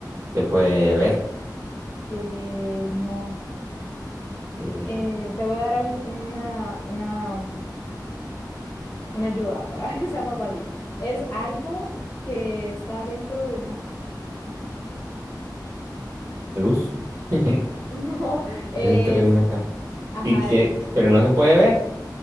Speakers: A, on the right; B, on the left.
A: se puede ver?
B: eh, no.
A: Y
B: Eh, te voy a dar un- una, una, mm, una ayuda para <laughs> que sea más fácil. Es algo que está dentro de una casa.
A: luz <laughs>
B: <laughs> No, es,
A: dentro de una casa.
B: ajá,
A: ¿Y que Pero no se puede ver.